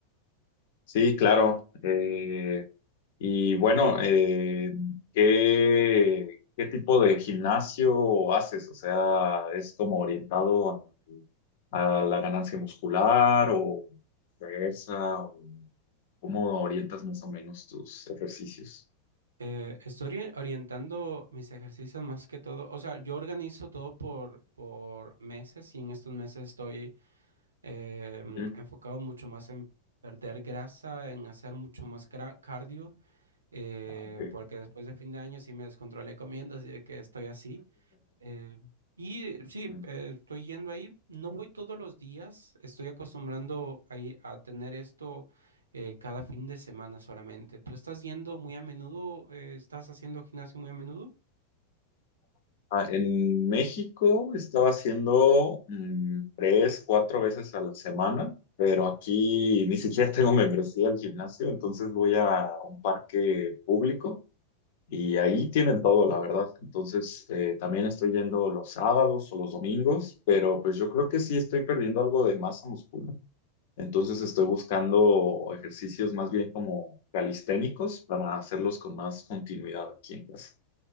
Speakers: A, on the left; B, on the right.
A: Sí, claro. Eh, Y bueno, eh, ¿qué, qué tipo de gimnasio haces? O sea, ¿es como orientado a, a la ganancia muscular o fuerza? O ¿cómo orientas más o menos tus ejercicios?
B: Eh, estoy ori- orientando mis ejercicios más que todo. O sea, yo organizo todo por, por meses y en estos meses estoy eh, mm,
A: Ujú.
B: enfocado mucho más en perder grasa, en hacer mucho más cra- cardio, eh,
A: Ah, ok.
B: porque después de fin de año sí me descontrolé comiendo, así de que estoy así. Eh, y eh, sí,
A: <laughs>
B: eh, estoy yendo ahí. No voy todos los días. Estoy acostumbrando ahí a tener esto eh, cada fin de semana solamente. ¿Tú estás yendo muy a menudo? Eh, ¿estás haciendo gimnasio muy a menudo?
A: Ah, en México estaba haciendo mm, tres, cuatro veces a la semana, pero aquí ni siquiera <laughs> tengo membresía al gimnasio, entonces voy a un parque público y ahí tienen todo, la verdad. Entonces eh, también estoy yendo los sábados o los domingos, pero pues yo creo que sí estoy perdiendo algo de masa muscular. Entonces estoy buscando ejercicios más bien como calisténicos para hacerlos con más continuidad aquí en casa.